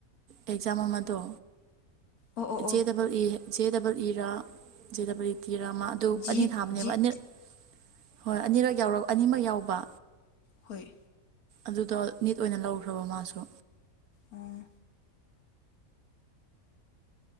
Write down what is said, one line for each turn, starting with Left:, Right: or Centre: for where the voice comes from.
Right: ꯑꯦꯛꯖꯥꯝ ꯑꯃꯗꯣ
Left: ꯑꯣ ꯑꯣ
Right: ꯖꯦ
Left: ꯑꯣ
Right: double E J double E ꯔꯥ ꯖꯦ ꯗꯕꯜ ꯇꯤꯔꯥ ꯑꯃ ꯑꯗꯨ
Left: ꯖꯤꯠ
Right: ꯑꯅꯤ ꯊꯥꯕꯅꯦꯕ
Left: ꯖꯤꯠ
Right: ꯑꯅꯤꯔ ꯍꯣꯏ ꯑꯅꯤꯔꯛ ꯌꯥꯎꯔꯛ ꯑꯅꯤꯃꯛ ꯌꯥꯎꯕ
Left: ꯍꯣꯏ
Right: ꯑꯗꯨꯗꯣ ꯅꯤꯠ ꯑꯣꯏꯅ ꯂꯧꯈ꯭ꯔꯕ ꯃꯥꯁꯨ
Left: ꯑꯣ